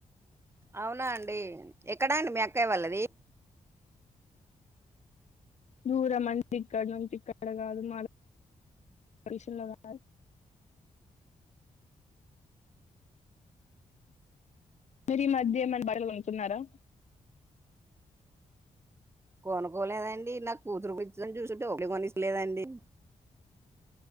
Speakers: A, on the right; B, on the left.
A: అవునా అండి ఎక్కడ అండి మీ అక్కయ వాళ్ళది
B: దూర మంటి కడ నుంత కడ కాదు మషన్ <unintelligible> మీరు ఈ మధ్య ఏమైనా బాటలు కొనుక్కున్నారా
A: కొనుకోలేదండి నాకు కూతురు కూని చూసింటేపలి కొనిసలేదండి